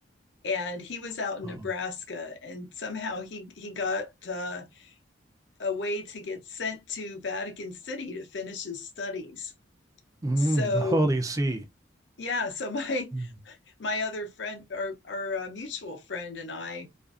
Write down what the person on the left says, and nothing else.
and he was out in
Nebraska, and somehow he he got uh, a way to get sent to Vatican City to finish his studies.
So
yeah, so <laughs> my
my other friend, our our uh, mutual friend, and I